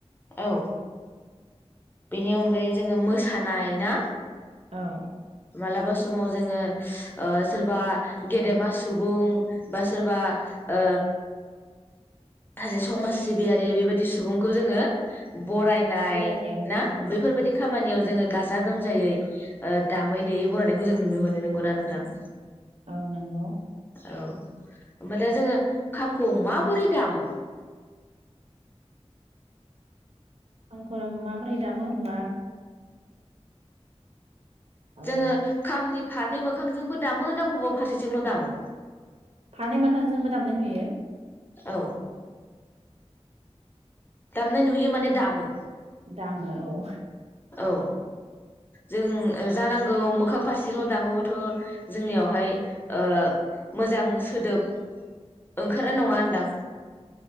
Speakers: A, on the left; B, on the right.
A: औ नि अनगायै जोङो मोसानाय ना।
B: औ
A: माला स समाव जोङो ओ सोरबा गेदेमा सुबुं बा सोरबा ओ सासे समाज सिबियारि बेबायदि सुबुंखौ जोङो बरायनाय
B: बरायनायावबो
A: ना
B: ओं
A: बैफोरबायदि खामानियाव जोङो गाजा गोमजायै ओ दामै देयै बरायनायखौ जों नुनो मोननो नोंगौना नोंथां?
B: औ नंगौ।
A: औ ओमफ्राय दा जोङो खामखौ माबोरै दामो?
B: खामखौ माबोरै दामो होनबा ओ
A: जोङो खामनि फारनै मोखांजोंबो दामो ना बबावबा फारसेजोंल' दामो
B: फारनै मोखांजोंबो दामनाय नुयो
A: औ दामनाय नुयो माने दामो
B: दामो औ।
A: औ जों जानांगौ मोखां फारसेजों दामोबाथ' जोंनियावहाय ओ‌ मोजां सोदोब ओंखारनाय नङानदां